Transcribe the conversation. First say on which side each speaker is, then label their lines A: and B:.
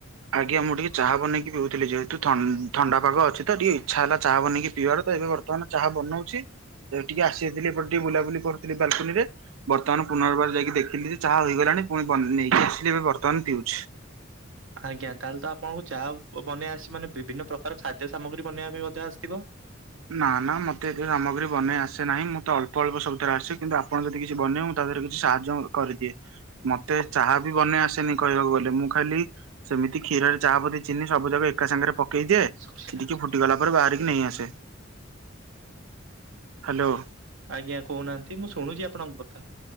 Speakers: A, on the right; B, on the right.
A: ଆଜ୍ଞା ମୁଁ ଟିକେ ଚାହା ବନେଇକି ପିଉଥିଲି ଯେହେତୁ ଥ- ଥଣ୍ଡା ପାଗ ଅଛି ତ ଟିକେ ଇଚ୍ଛା ହେଲା ଚାହା ବନେଇକି ପିଇବାର ତ ଏବେ ବର୍ ର୍ତ୍ତମାନ ଚାହା ବନଉଛି ଏ ଟିକେ ଆସିଯାଇଥିଲି ଏପଟେ ଟିକେ ବୁଲାବୁଲି କରୁଥିଲି ବାଲକୁନିରେ। ବର୍ତ୍ତମାନ ପୁନର୍ବାର ଯାଇକି ଦେଖିଲି ଯେ ଚାହା ହୋଇଗଲାଣି ପୁଣି ବନ ନେଇକି ଆସିଲି ଏବେ ବର୍ତ୍ତମାନ ପିଉଛି।
B: ଆଜ୍ଞା ତାହେଲେ ତ ଆପଣଙ୍କୁ ଚାହା ବନେଇବା ଆସିଛି ମାନେ ବିଭିନ୍ନ ପ୍ରକାର ଖାଦ୍ୟ ସାମଗ୍ରୀ ବନେଇବା ବି ମଧ୍ୟ ଆସିଥିବ?
A: ନା ନା ମୋତେ ଏତେ ସାମଗ୍ରୀ ବନେଇ ଆସେ ନାହିଁ। ମୁଁ ତ ଅଳ୍ପ ଅଳ୍ପ ସବୁଥିରେ ଆସେ। କିନ୍ତୁ ଆ ଆପଣ ଯଦି କିଛି ବନେଇବୁ ତା ଦେହରେ କିଛି ସାହାଯ୍ୟ କରିଦିଏ। ମୋତେ ଚାହା ବି ବନେଇ ଆସେନି କହିବାକୁ ଗଲେ ମୁଁ ଖାଲି ସେମିତି କ୍ଷୀରରେ ଚା ପତି ଚିନି ସବୁ ଯାକ ଏକା ସାଙ୍ଗରେ ପକେଇ ଦିଏ।
B: ସରିଲା
A: ସିଏ ଟିକିଏ ଫୁଟିଗଲା ପରେ ବାହାରିକି ନେଇଆସେ। ହାଲୋ।
B: ଆଜ୍ଞା, କହୁନାହାନ୍ତି ମୁଁ ଶୁଣୁଛି ଆପଣଙ୍କ କଥା।